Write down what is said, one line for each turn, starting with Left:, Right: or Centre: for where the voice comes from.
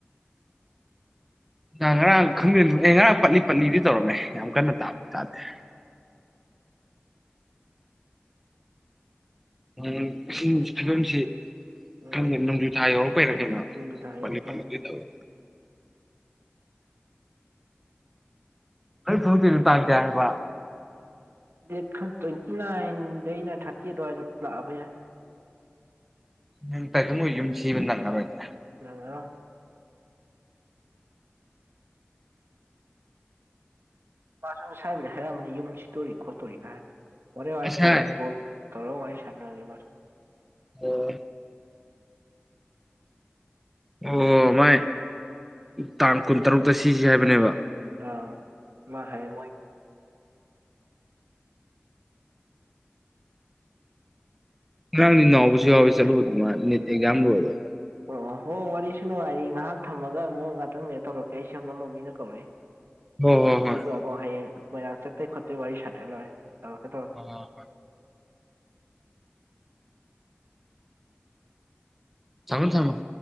Centre: ꯉꯔꯥꯡ ꯉꯔꯥꯡ ꯈꯪꯗ ꯑꯦ ꯉꯔꯥꯡ ꯄꯠꯅꯤ ꯄꯠꯅꯤꯗꯤ ꯇꯧꯔꯝꯃꯦ ꯌꯥꯝ ꯀꯟꯅ ꯇꯥꯗꯤ ꯇꯥꯗꯦ ꯫ ꯎꯝ ꯐꯤꯕꯝꯁꯤ꯫
Right: ꯎꯝ
Centre: ꯈꯪꯗꯦ ꯅꯣꯡꯖꯨ ꯊꯥ ꯌꯧꯔꯛꯄꯒꯤꯔ ꯀꯩꯅꯣ
Right: ꯑꯗꯨꯗ ꯑꯩꯈꯣꯏ
Centre: ꯄꯠꯂꯤ ꯄꯠꯂꯤꯗꯤ ꯇꯧꯋꯦ꯫ ꯅꯪꯅ ꯊꯣꯛꯂꯛꯇꯨꯏꯗꯣ ꯇꯥꯡ ꯀꯌꯥ ꯍꯥꯏꯕꯥ꯫
Right: ꯗꯦꯠ ꯈ ꯇ꯭ꯋꯦꯟꯇꯤ ꯅꯥꯏꯟꯗꯩꯅ ꯊꯥꯔꯇꯤ ꯑꯗꯨꯋꯥꯏꯗ ꯂꯥꯛꯑꯕ ꯌꯥꯏ꯫
Centre: ꯅꯪ ꯇꯥꯏꯇ ꯃꯣꯏ ꯌꯨꯝ ꯁꯤꯕ ꯅꯪꯉꯔꯣꯏꯅꯦ꯫
Right: ꯅꯪꯉꯔꯣꯏ꯫ ꯃꯥꯁꯨ ꯅꯁꯥꯏꯕꯨꯗꯤ ꯍꯥꯏꯔꯛꯑꯝꯅꯤ ꯌꯨꯝ ꯁꯤꯗꯣꯔꯤ ꯈꯣꯠꯇꯣꯔꯤ ꯚꯥꯏ꯫ ꯍꯣꯔꯦꯟ ꯋꯥꯏ
Centre: ꯉꯁꯥꯏ
Right: ꯀꯣꯟꯅꯥ ꯐꯣꯟ ꯇꯧꯔꯁ꯫ ꯍꯟꯒꯒꯦ ꯃꯁꯨ꯫
Centre: ꯑꯣ꯫ ꯑꯣ ꯃꯥꯏ ꯇꯥꯡ ꯀꯨꯟꯇꯔꯨꯛꯇ ꯁꯤꯁꯤ ꯍꯥꯏꯕꯅꯦꯕ꯫
Right: ꯑ ꯃꯥ ꯍꯥꯌꯦ꯫
Centre: ꯉꯔꯥꯡꯗꯤ ꯅꯥꯑꯣꯕꯥ ꯁꯨ ꯌꯥꯑꯣꯔꯤ ꯅꯤꯠ ꯑꯓꯥꯝ ꯂꯣꯏꯕꯒꯤ꯫
Right: ꯑꯣ ꯍꯣꯏ ꯋꯥꯔꯤꯁꯨ ꯅꯨꯡꯉꯥꯏꯔꯤ ꯉꯥꯏꯍꯥꯛ ꯊꯝꯃꯒ ꯑꯃꯨꯛ ꯉꯥꯛꯇꯪꯅꯦ ꯇꯧꯔꯛꯀꯦ ꯑꯩ ꯁꯣꯝꯗ ꯃꯤꯅ ꯑꯃꯨꯛ ꯀꯧꯔꯛꯏ꯫
Centre: ꯍꯣ ꯍꯣ ꯍꯣꯏ
Right: ꯇ ꯑꯕꯣ ꯍꯥꯏꯌꯦꯡ꯫ ꯃꯣꯏꯔꯥꯡ ꯆꯇꯄꯩ ꯈꯣꯠꯄꯩ ꯋꯥꯔꯤ ꯁꯥꯟꯅꯍ ꯂꯣꯏ꯫ ꯇꯧꯔꯛꯀꯦ ꯇꯧꯔꯛꯀꯦ꯫
Centre: ꯍꯣ ꯍꯣ ꯍꯣꯏ ꯊꯝꯃꯣ ꯊꯝꯃꯣ ꯫